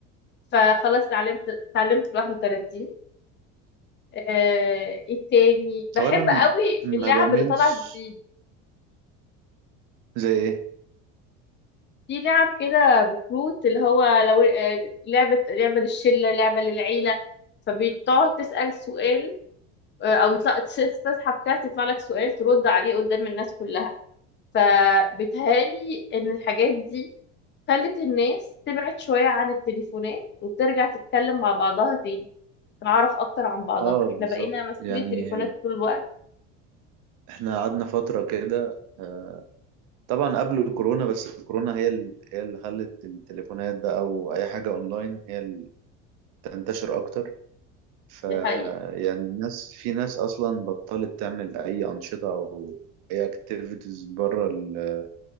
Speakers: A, on the left (about 30°); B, on the right (about 60°).
A: فخلاص اتعلمت اتعلمت 31 آه، ايه تاني بحب
B: هو انا م-
A: قوي
B: ما
A: اللعب
B: بميلش
A: اللي طالعه جديد
B: زي ايه
A: في لعب كده بكروت اللي هو لو آه، لعبه لعبه للشله لعبه للعيله فبتقعد تسال سؤال آه، او يطلع تس- تسحب كارت يطلع لك سؤال ترد عليه قدام الناس كلها فبتهالي ان الحاجات دي خلت الناس تبعد شويه عن التليفونات وترجع تتكلم مع بعضها تاني تعرف اكتر عن بعضها
B: اه
A: احنا
B: بالظبط
A: بقينا ماسكين
B: يعني
A: التليفونات طول الوقت
B: احنا قعدنا فتره كده آه، طبعا قبل الكورونا بس الكورونا هي ال- هي اللي خلت التليفونات بقى او اي حاجه اونلاين هي اللي تنتشر اكتر فيعني
A: دي حقيقه
B: الناس في ناس اصلا بطلت تعمل اي انشطه او اي اكتيفيتيز بره ال...